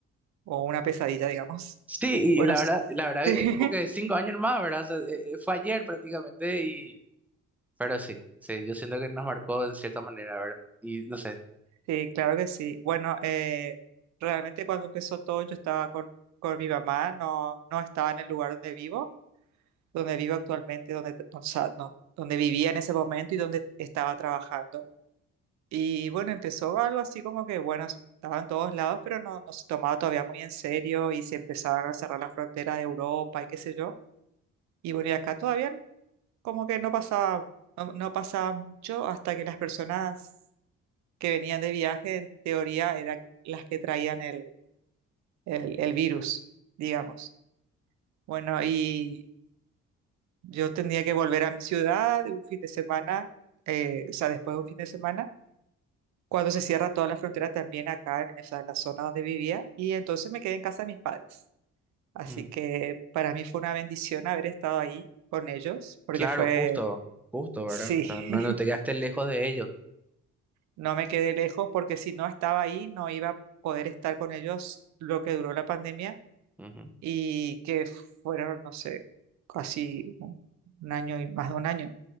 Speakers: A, on the right; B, in the centre.
A: o una pesadilla, digamos.
B: Sí,
A: Bueno,
B: y la
A: s-
B: verdad, la
A: <laughs>
B: verdad
A: sí,
B: es como que cinco años más, ¿verdad? O sea, eh, eh, fue ayer prácticamente y... Pero sí, sí, yo siento que nos marcó de cierta manera, ¿verdad? Y no sé.
A: sí, claro que sí. Bueno, eh, realmente cuando empezó todo yo estaba con, con mi mamá, no, no estaba en el lugar donde vivo. donde vivo actualmente, donde, t- o sea, no, donde vivía en ese momento y donde estaba trabajando. Y bueno, empezó algo así como que, bueno, estaba en todos lados, pero no, no se tomaba todavía muy en serio y se empezaban a cerrar las fronteras de Europa y qué sé yo. Y bueno, y acá todavía no- como que no pasaba, no, no pasaba mucho hasta que las personas que venían de viaje, en teoría, eran las que traían el, el, el virus, digamos. Bueno, y Yo tenía que volver a mi ciudad un fin de semana, eh, o sea, después de un fin de semana, cuando se cierra toda la frontera también acá, en, o sea, en la zona donde vivía, y entonces me quedé en casa de mis padres. Así
B: Ujú.
A: que para mí fue una bendición haber estado ahí con ellos, porque
B: Claro,
A: fue,
B: justo, justo,
A: sí,
B: ¿verdad? O sea, no, no te
A: <laughs>
B: quedaste lejos de ellos.
A: no me quedé lejos, porque si no estaba ahí, no iba a poder estar con ellos lo que duró la pandemia,
B: Ujú.
A: y que fueron, no sé, casi un un año y más de un año,